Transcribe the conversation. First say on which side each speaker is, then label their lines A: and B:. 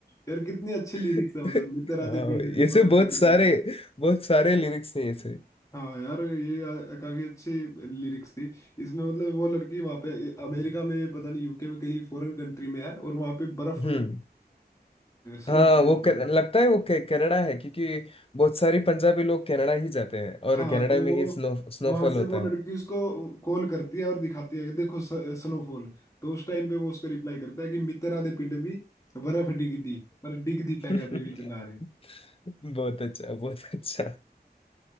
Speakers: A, on the left; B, on the left.
A: यार कितनी अच्छे लिरिक्स
B: हाँ
A: है मतलब मित्र आधे
B: भाई,
A: पीले दीवार
B: ऐसे
A: अब
B: बहुत
A: मिली
B: सारे
A: जुली।
B: बहुत सारे लिरिक्स है ऐसे
A: हाँ यार ये आ- काफी अच्छे लिरिक्स थी इसमें मतलब वो लड़की वहां पे अमेरिका में पता नहीं यूके में कहीं फॉरेन कंट्री में है और वहां पे बर्फ
B: हम्म
A: स्नो
B: हाँ
A: हुई
B: वो
A: थी
B: कर, लगता है वो के, कनाडा है क्योंकि बहुत सारी पंजाबी लोग कनाडा ही जाते हैं और
A: हाँ
B: कनाडा
A: तो
B: में
A: वो
B: ही स्नो स्नोफॉल
A: वहां से
B: होता
A: वो लड़की
B: है
A: उसको कॉल करती है और दिखाती है कि देखो स्नोफॉल तो उस टाइम पे वो उसको रिप्लाई करता है कि मित्र आधे पिंड भी बर्फ डिग दी पर डिग दी
B: <laughs>
A: पै कहते बीच नारे
B: बहुत अच्छा बहुत अच्छा